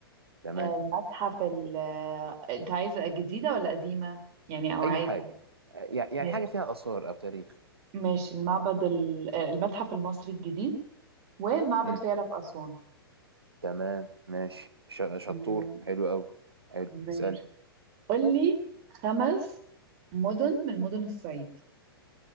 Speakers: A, on the right; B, on the right.
A: تمام
B: آه المتحف ال آه، أنت عايزة جديدة ولا قديمة؟ يعني أو عادي
A: اي حاجه آه، يع- يعني
B: ماشي
A: حاجه فيها اثار او تاريخ
B: ماشي المعبد ال... آه، المتحف المصري الجديد ومعبد
A: مم.
B: فيلة في أسوان
A: تمام ماشي ش- شطور
B: م-
A: حلو قوي حلو
B: ماشي
A: اسال
B: قولي خمس مدن من مدن الصعيد